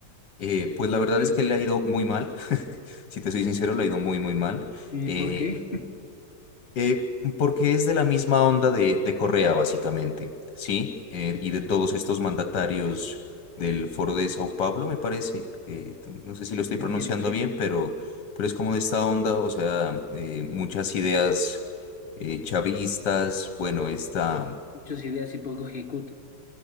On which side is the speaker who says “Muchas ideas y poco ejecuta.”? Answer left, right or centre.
Left